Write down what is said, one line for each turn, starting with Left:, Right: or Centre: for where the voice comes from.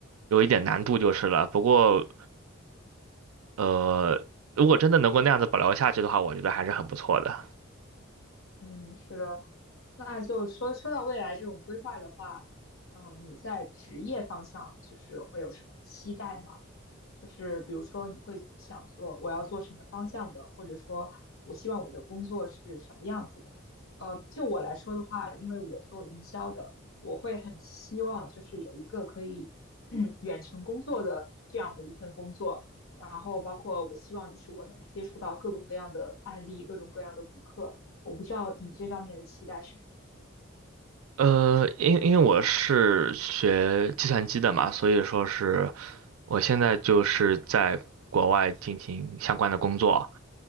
Right: 有一点难度就是了，不过呃，如果真的能够那样子保留下去的话，我觉得还是很不错的。
Left: 嗯，是的，那就说说到未来这种规划的话，呃，你在职业方向就是会有什么期待吗？就是比如说你会想做我要做什么方向的，或者说我希望我的工作是什么样子的？呃，就我来说的话，因为我做营销的，我会很希望就是有一个可以 <clears throat> 嗯远程工作的这样的一份工作，然后包括我希望就是我能接触到各种各样的案例，各种各样的顾客。我不知道你这方面的期待是什么样的。
Right: 呃，因因为我是学计算机的嘛，所以说是我现在就是在国外进行相关的工作。